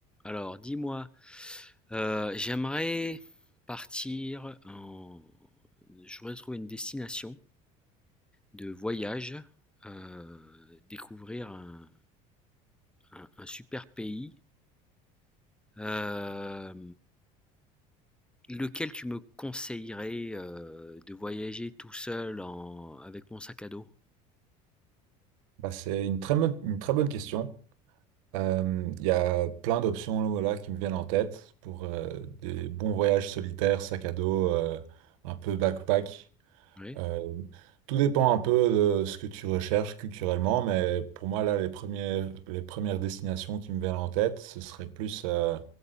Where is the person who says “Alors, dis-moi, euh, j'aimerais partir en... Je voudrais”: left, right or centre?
Centre